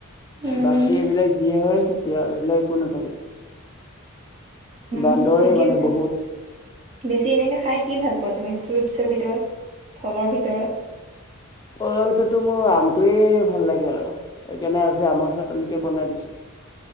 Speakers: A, on the right; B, on the left.
A: উম
B: বাকী এইবিলাক যিয়ে হয় খেতি আৰু এইবিলাক একো নাথাকে। বান্দৰে
A: উমঁ ঠিকে
B: মানে
A: আছে।
B: বহুত
A: বেছি এনেকে খাই কি ভাল পোৱা তুমি ফ্ৰুটছৰ ভিতৰত ফলৰ ভিতৰত।
B: ফলৰ ভিতৰতো মোৰ আমটোৱয়ে ভাল লাগে আৰু। সেইকাৰণে আজি আমাৰ চাতনকে বনাই দিছোঁ।